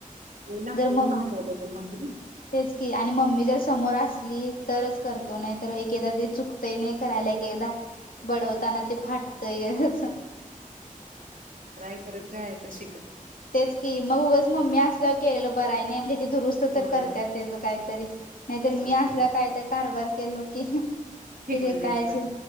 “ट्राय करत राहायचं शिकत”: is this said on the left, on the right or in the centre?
Right